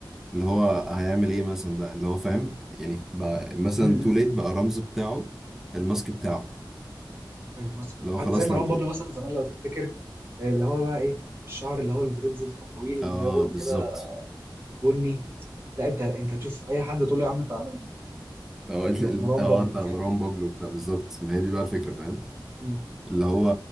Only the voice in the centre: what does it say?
اللي هو هيعمل ايه مثلا ده اللي هو فاهم يعني بقى مثلا
تو ليت بقى الرمز بتاعه الماسك بتاعه
اللي
هو خلاص
لم
اه بالظبط
اه <laughs> ال- ال-
انت اه
انت مروان
بابلو بتاع بالظبط ما هي دي بقى الفكرة فاهم
اللي هو